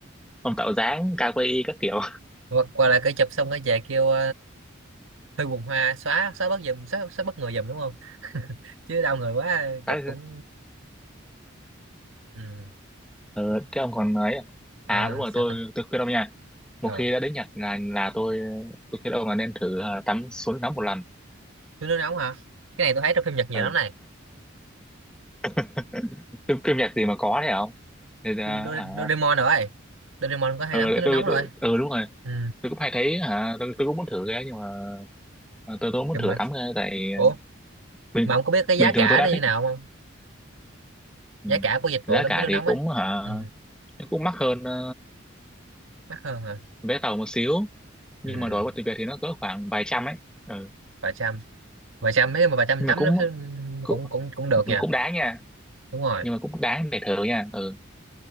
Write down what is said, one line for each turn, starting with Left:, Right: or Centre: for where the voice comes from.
Centre: ông tạo dáng ca quay các kiểu
Right: qua, qua lại cái chụp xong cái về kêu uh, hơi buồn hoa xóa xóa bớt giùm xóa, xóa bớt người giùm đúng không <laughs> chứ đau người quá
Centre: <laughs> khá
Right: chụp cũng ừ.
Centre: ừ, thế ông còn nói à
Right: Ờ,
Centre: À đúng rồi
Right: sao
Centre: tôi
Right: ta
Centre: tôi khuyên ông nha
Right: ờ
Centre: một khi đã đến Nhật là là tôi tôi khuyên ông là nên thử ờ, tắm suối nóng một lần
Right: tôi nước nóng hả cái này tôi thấy trong phim Nhật nhiều
Centre: ừ.
Right: lắm này
Centre: <laughs> phim, phim Nhật gì mà có thế không Thì, ờ,
Right: phim Do-
Centre: à,
Right: Doraemon rồi Doraemon có hay
Centre: ừ,
Right: lắm
Centre: để
Right: cái nước
Centre: tôi,
Right: nóng rồi
Centre: tôi, ừ đúng rồi
Right: ừ.
Centre: tôi cũng hay thấy hả tôi, tôi cũng muốn thử cái nhưng mà tôi tôi cũng muốn
Right: Cầm
Centre: thử tắm cái tại
Right: ủa
Centre: bình
Right: mà ông có biết cái
Centre: bình
Right: giá
Centre: thường
Right: cả
Centre: tôi đã
Right: nó như
Centre: thích
Right: nào không
Centre: ừ.
Right: giá cả của dịch
Centre: giá
Right: vụ tắm
Centre: cả
Right: suối nước
Centre: thì
Right: nóng
Centre: cũng
Right: á
Centre: hả
Right: ừ.
Centre: cũng mắc hơn ờ,
Right: mắc hơn hả
Centre: vé tàu một xíu nhưng
Right: ừ.
Centre: mà đổi qua tiền Việt thì nó cỡ khoảng vài trăm ấy ừ.
Right: vài trăm vài trăm nếu mà vài trăm
Centre: nhưng
Right: tắm
Centre: mà cũng,
Right: nó sẽ-
Centre: cũng
Right: cũng cũng cũng được nha
Centre: cũng đáng nha
Right: đúng rồi
Centre: nhưng mà cũng đáng để thử nha ừ.